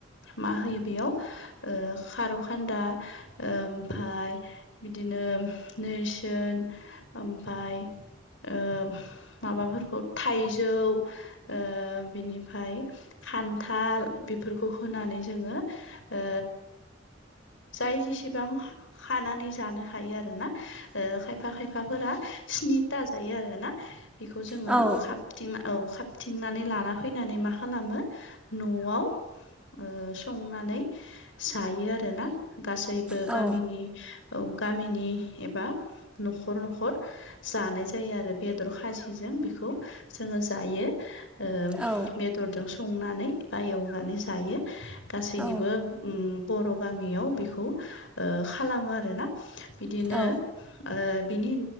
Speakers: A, on the left; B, in the centre.
A: मा होयो बेयाव ओ खारौ खान्दा ओमफ्राय बिदिनो नेरसोन ओमफाय ओ माबाफोरखौ थाइजौ ओ बिनिफ्राय खान्थाल बेफोरखौ होनानै जोङो ओ जाय जेसेबां खानानै जानो हायो आरो ना ओ खायफा खायफाफोरा स्निथा जायो आरो ना बेखौ जोङो
B: औ
A: खा थिं औ खाबथिंनानै लाना फैनानै मा खालामो न'आव ओ संनानै जायो आरोना गासैबो
B: औ
A: गामिनि औ गामिनि एबा न'खर न'खर जानाय जायो आरो बेदर खाजिजों बेखौ जोङो जायो। ओ
B: औ औ
A: बेदरजों संनानै बा एव नै जायो। गासैनिबो
B: औ
A: ओम बर' गामियाव बेखौ खालामो आरोना। बिदिनो
B: औ
A: ओ बिनि